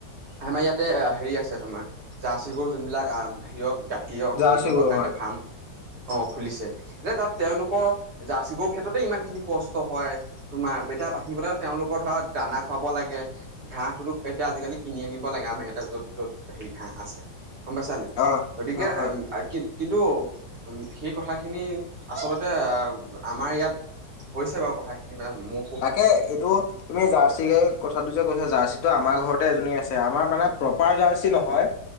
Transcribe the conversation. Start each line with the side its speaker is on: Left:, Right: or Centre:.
Right: আমাৰ ইয়াতে হেৰি আছে তোমাৰ জাৰ্চি গৰু যোনবিলাক আ হেৰিয়ত গাখীৰত
Left: জাৰ্চি
Right: হেৰি কৰিবৰ
Left: গৰু
Right: কাৰণে
Left: হয়
Right: ফাৰ্ম অ খুলিছে যে তাত তেওঁলোকৰ জাৰ্চী গৰু ক্ষেত্ৰতে ইমান খিনি কষ্ট হয়। তোমাৰ <unintelligible> বাঢ়িবলৈ তেওঁলোকৰ ধৰা দানা খুৱাব লাগে। ঘাঁহটোতো এতিয়া আজি-কালি কিনি আনিব লাগে আমাৰ এয়াতে য'ত য'ত হেৰি ঘাঁহ আছে গম পাইছা নাই
Left: অ
Right: গতিকে
Left: হয় হয়
Right: এম আ কি কিন্তু সেই কথাখিনি আচলতে আমাৰ ইয়াত কৈছে বাৰু কথাখিনি বা মোক
Left: তাকে এইটো তুমি যাৰ্চ গতিকে কথাটো যে কৈছে জাৰ্চিটো আমাৰ ঘৰতে এজনী আছে আমাৰ মানে প্ৰপাৰ জাৰ্চি নহয়